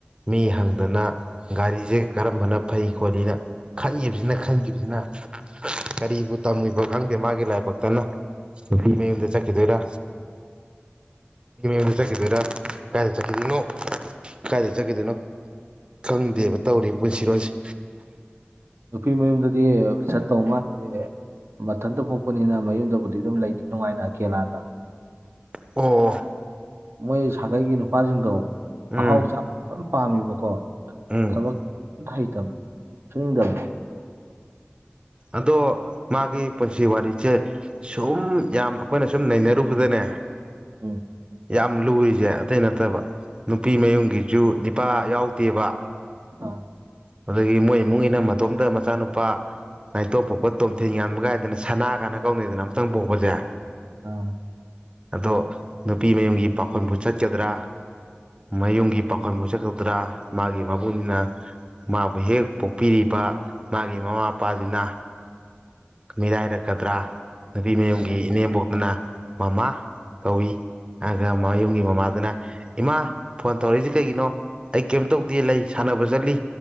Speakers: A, on the right; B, on the right.
A: ꯃꯤ ꯍꯪꯗꯅ ꯒꯥꯔꯤꯖꯦ ꯀꯔꯝꯕꯅ ꯐꯩ ꯈꯣꯠꯂꯤꯅ ꯈꯟꯒꯤꯕꯖꯤꯅ ꯈꯟꯒꯤꯕꯖꯤꯅ ꯀꯔꯤꯕꯨ ꯇꯝꯃꯤꯕꯣ ꯈꯪꯗꯦ ꯃꯥꯒꯤ ꯂꯥꯏꯕꯛꯇꯅ ꯅꯨꯄꯤ ꯃꯌꯨꯝꯗ ꯆꯠꯈꯤꯗꯣꯏꯔꯥ ꯅꯨꯄꯤ ꯃꯌꯨꯝꯗ ꯆꯠꯈꯤꯗꯣꯏꯔꯥ ꯀꯥꯏꯗ ꯆꯠꯈꯤꯗꯣꯏꯅꯣ ꯀꯥꯏꯗ ꯆꯠꯈꯤꯗꯣꯏꯅꯣ ꯈꯪꯗꯦꯕ ꯇꯧꯔꯤ ꯄꯨꯟꯁꯤꯔꯣꯟꯁꯤ
B: ꯅꯨꯄꯤ ꯃꯌꯨꯝꯗꯗꯤ ꯆꯠꯇꯧ ꯃꯥꯟꯗꯦ ꯃꯊꯟꯇ ꯄꯣꯛꯄꯅꯤꯅ ꯃꯌꯨꯝꯗꯕꯨꯗꯤ ꯑꯗꯨꯝ ꯂꯩꯅꯤ ꯅꯨꯡꯉꯥꯏꯅ ꯀꯦꯂꯥꯗ
A: ꯑꯣ
B: ꯃꯣꯏ ꯁꯥꯒꯩꯒꯤ ꯅꯨꯄꯥꯖꯤꯡꯗꯣ
A: ꯎꯝ
B: ꯑꯍꯥꯎ ꯆꯥ ꯄꯥꯝꯃꯤꯕꯀꯣ
A: ꯎꯝ
B: ꯊꯕꯛ ꯑꯝꯇꯥ ꯍꯩꯇꯕ ꯁꯨꯅꯤꯡꯗꯕ
A: ꯑꯗꯣ ꯃꯥꯒꯤ ꯄꯨꯟꯁꯤ ꯋꯥꯔꯤꯖꯦ ꯁꯨꯝ ꯌꯥꯝ ꯑꯩꯈꯣꯏꯅ ꯁꯨꯝ ꯅꯩꯅꯔꯨꯕꯗꯅꯦ
B: ꯑꯝ
A: ꯌꯥꯝ ꯂꯨꯔꯤꯖꯦ ꯑꯇꯩ ꯅꯠꯇꯕ ꯅꯨꯄꯤ ꯃꯌꯨꯝꯒꯤꯁꯨ ꯅꯨꯄꯥ ꯌꯥꯎꯗꯦꯕ
B: ꯑꯥ
A: ꯑꯗꯒꯤ ꯃꯣꯏ ꯏꯃꯨꯡꯒꯤꯅ ꯃꯇꯣꯝꯇ ꯃꯆꯥꯅꯨꯄꯥ ꯅꯥꯥꯏꯇꯣꯝꯄꯣꯛꯄ ꯇꯣꯝꯊꯤꯟ ꯉꯥꯟꯕ ꯀꯥꯏꯗꯅ ꯁꯅꯥ ꯀꯥꯏꯅ ꯀꯧꯅꯩꯗꯅ ꯑꯝꯇꯪ ꯄꯣꯛꯄꯖꯦ
B: ꯑꯥ
A: ꯑꯗꯣ ꯅꯨꯄꯤ ꯃꯌꯨꯝꯒꯤ ꯄꯥꯎꯈꯣꯟꯕꯨ ꯆꯠꯀꯗ꯭ꯔꯥ ꯃꯌꯨꯝꯒꯤ ꯄꯥꯎꯈꯣꯟꯕꯨ ꯆꯠꯀꯧꯗ꯭ꯔꯥ ꯃꯥꯒꯤ ꯃꯕꯨꯛꯅꯤꯅ ꯃꯥꯕꯨ ꯍꯦꯛ ꯄꯣꯛꯄꯤꯔꯤꯕ ꯃꯥꯒꯤ ꯃꯃꯥ ꯃꯄꯥꯖꯤꯅ ꯃꯤꯔꯥꯏꯔꯛꯀꯗ꯭ꯔꯥ ꯅꯨꯄꯤ ꯃꯌꯨꯝꯒꯤ
B: ꯎꯝ
A: ꯏꯅꯦꯝꯕꯣꯛꯇꯅ ꯃꯃꯥ ꯀꯧꯏ ꯑꯗꯨꯒ ꯃꯌꯨꯝꯒꯤ ꯃꯃꯥꯗꯅ ꯏꯃꯥ ꯐꯣꯟ ꯇꯧꯔꯛꯏꯖꯤ ꯀꯩꯒꯤꯅꯣ ꯑꯩ ꯀꯩꯝ ꯇꯧꯗꯦ ꯂꯩ ꯁꯥꯟꯅꯕ ꯆꯠꯂꯤ